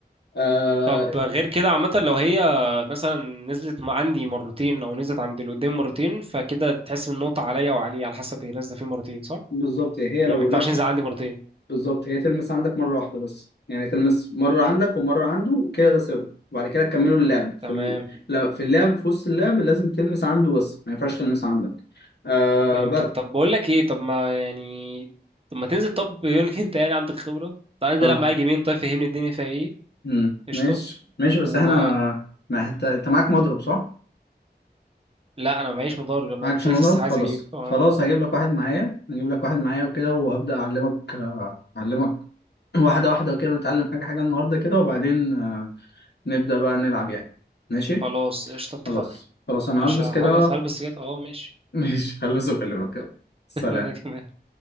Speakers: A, on the left; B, on the right.
A: آه
B: طب غير كده عامة لو هي مثلا نزلت مع عندي مرتين أو نزلت عند اللي قدام مرتين فكده تحسب النقطة عليا وعليه على حسب هي نازلة فيه مرتين صح؟
A: بالظبط هي
B: يعني
A: لو
B: ما ينفعش
A: لا
B: ينزل عندي مرتين
A: بالظبط هي تلمس عندك مرة واحدة بس يعني تلمس مرة عندك ومرة عنده كده ده سيرف وبعد كده تكملوا اللعب في
B: تمام
A: ال... لا- في اللعب في وسط اللعب لازم تلمس عنده بس ما ينفعش تلمس عندك آه
B: فهمتك
A: بس
B: طب بقول لك ايه طب ما يعني طب ما تنزل طب بما انك انت يعني عندك خبره تعال انزل
A: اه
B: العب معايا جيمين طيب فهمني الدنيا فيها ايه
A: امم
B: قشطه
A: ماشي ماشي
B: و
A: بس احنا ما انت انت معاك مضرب صح؟
B: لا انا ما معيش مضارب انا
A: معاكش
B: قلت
A: مضرب
B: لك لسه
A: خلاص
B: عايز اجيب اه
A: خلاص هجيب لك واحد معايا هجيب لك واحد معايا وكده وهبدأ أعلمك آه، أعلمك <clears throat> واحدة واحدة وكده نتعلم حاجة حاجة النهاردة كده وبعدين آه، نبدأ بقى نلعب يعني ماشي
B: خلاص قشطه اتفقنا
A: خلاص خلاص أنا
B: ماشي
A: هلبس
B: هخلص
A: كده
B: هلبس كده اه ماشي
A: <laughs> ماشي هلبس وأكلمك يلا سلام
B: <laughs> انا كمان